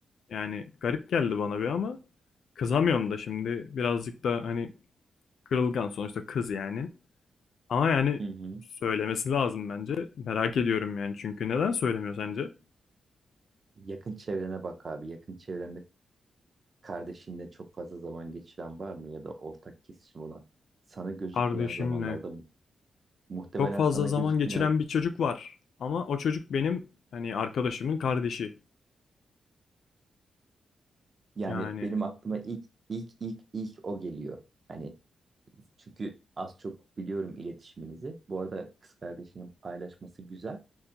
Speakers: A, on the left; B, on the right.
A: Yani garip geldi bana bir ama kızamıyorum da şimdi birazcık da hani kırılgan sonuçta kız yani. Ama yani
B: Hı hı.
A: söylemesi lazım bence. Merak ediyorum yani çünkü neden söylemiyor sence?
B: Yakın çevrene bak abi. Yakın çevrende kardeşinle çok fazla zaman geçiren var mı ya da ortak kesişim olan? Sana gözükmeyen
A: Kardeşimle
B: zamanlarda mu- muhtemelen
A: Çok fazla
B: sana
A: zaman
B: gözükmeyen
A: geçiren bir çocuk var. Ama o çocuk benim hani arkadaşımın kardeşi.
B: yani
A: Yani
B: benim aklıma ilk ilk ilk ilk o geliyor. Hani çünkü az çok biliyorum iletişiminizi. Bu arada kız kardeşinin paylaşması güzel.